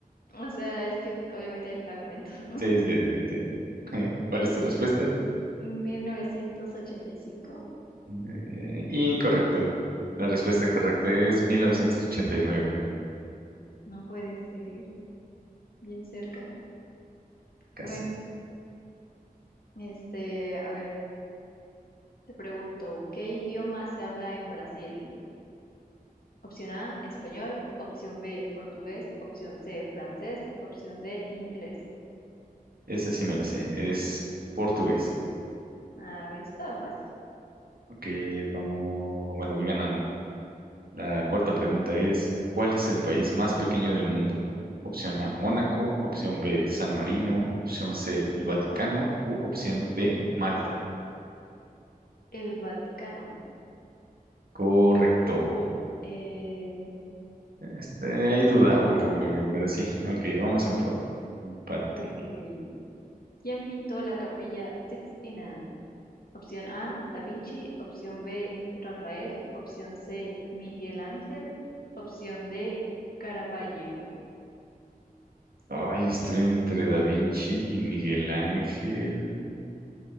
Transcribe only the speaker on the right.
Sí, sí, sí, entiendo. <laughs> ¿Cuál es tu respuesta?
Eh, incorrecto. La
respuesta correcta es 1989.
casi.
Esa sí me la sé, es portugués.
Ok, vamos, bueno, voy ganando. La cuarta pregunta es, ¿cuál es el país más pequeño del mundo? Opción A, Mónaco, opción B, San Marino, opción C, el Vaticano u opción D, Malta.
Correcto.
Este, ahí dudaba
un poco yo, pero sí. Ok, vamos en empate.
Ay, estoy entre Da Vinci y Miguel Ángel.